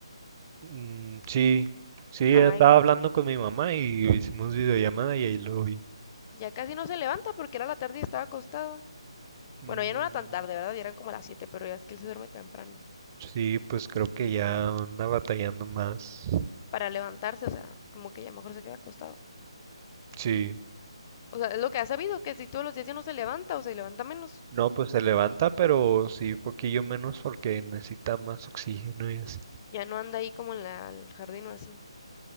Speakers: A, on the right (about 30°); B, on the left (about 30°).
A: mm, sí, sí,
B: Ay,
A: estaba hablando con mi mamá y hicimos videollamada y ahí lo vi.
B: ya casi no se levanta porque era la tarde y estaba acostado.
A: Mm,
B: Bueno, ya no era tan tarde, ¿verdad? Ya eran como las 7 pero ya es que él se duerme temprano.
A: sí, pues creo que ya anda batallando más.
B: Para levantarse, o sea, como que ya mejor se queda acostado.
A: Sí.
B: O sea, es lo que ha sabido, que si todos los días ya no se levanta o se levanta menos,
A: No, pues se levanta, pero sí, poquillo menos porque necesita más oxígeno y así.
B: ya no anda ahí como en la- el jardín o así,